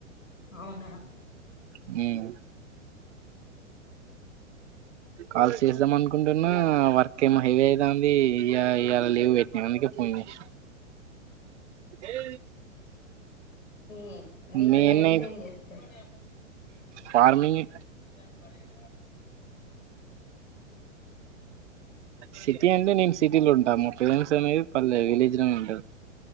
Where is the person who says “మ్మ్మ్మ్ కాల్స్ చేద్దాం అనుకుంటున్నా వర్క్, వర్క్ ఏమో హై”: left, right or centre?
Right